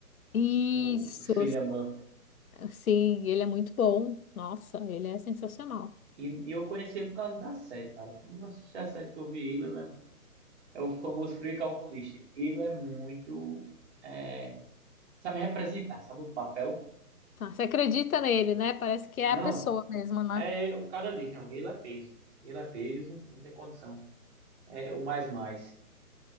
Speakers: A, on the left; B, on the right.
A: Isso,
B: o, o Cillian Murphy.
A: sim, ele é muito bom. Nossa, ele é sensacional.
B: E, e eu conheci ele por causa da série, cara. Quando eu assisti a série que eu vi ele, ele é, é o famoso frio calculista. Ele é muito. é, sabe representar, sabe o papel?
A: Tá, você acredita nele, né? Parece que é
B: Não,
A: a pessoa mesmo, né?
B: é o cara diz, não, ele é peso. Ele é peso, não tem condição. É o mais mais.